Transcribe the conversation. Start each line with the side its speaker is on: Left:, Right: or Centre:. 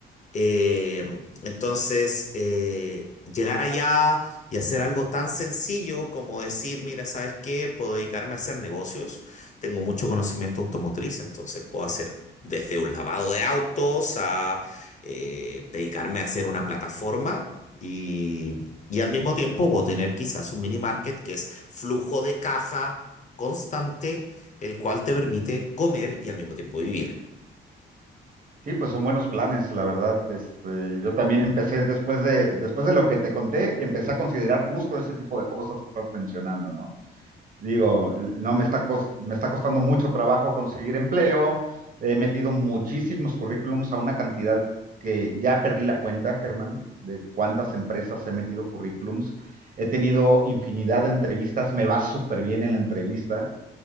Left: eh, entonces, eh, llegar allá y hacer algo tan sencillo como decir, mira, ¿sabes qué? Puedo dedicarme a hacer negocios. Tengo mucho conocimiento automotriz, entonces puedo hacer desde un lavado de autos a eh, dedicarme a hacer una plataforma y, y al mismo tiempo puedo tener quizás un mini market que es flujo de caja constante, el cual te permite comer y al mismo tiempo vivir.
Right: Sí, pues son buenos planes, la verdad. Este, yo también empecé después de, después de lo que te conté, empecé a considerar justo ese tipo de cosas que estás mencionando, ¿no? Digo, no me está, cos- me está costando mucho trabajo conseguir empleo. He metido muchísimos currículums a una cantidad que ya perdí la cuenta, Germán, de cuántas empresas he metido currículums. He tenido infinidad de entrevistas, me va súper bien en la entrevista,